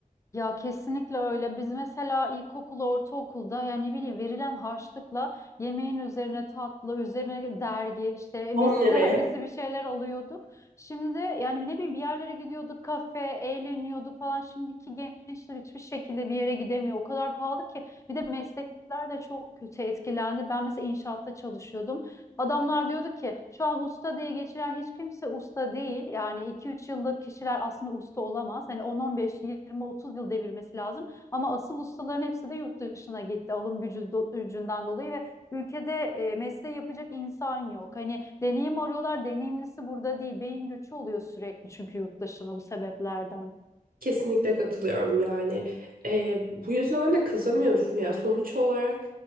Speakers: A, on the left; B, on the right.
A: Ya kesinlikle öyle. Biz mesela ilkokul, ortaokulda yani ne bileyim verilen harçlıkla yemeğin üzerine tatlı, üzerine dergi, işte misi
B: On liraya.
A: <laughs> dergisi bir şeyler alıyorduk. Şimdi yani ne bileyim bir yerlere gidiyorduk, kafe, eğleniyorduk falan. Şimdiki gençler hiçbir şekilde bir yere gidemiyor. O kadar pahalı ki. Bir de meslekler de çok kötü etkilendi. Ben mesela inşaatta çalışıyordum. Adamlar diyordu ki şu an usta diye geçiren hiç kimse usta değil. Yani iki üç yıllık kişiler aslında usta olamaz. Hani on on beş yirmi otuz yıl devirmesi lazım. Ama asıl ustaların hepsi de yurt dışına gitti alım gücü do- gücünden dolayı ve ülkede e, mesleği yapacak insan yok. Hani deneyim arıyorlar, deneyimlisi burada değil. Beyin göçü oluyor sürekli çünkü yurt dışına bu sebeplerden.
B: Kesinlikle katılıyorum yani. Ee, bu yüzden de kızamıyorsun ya. Sonuç olarak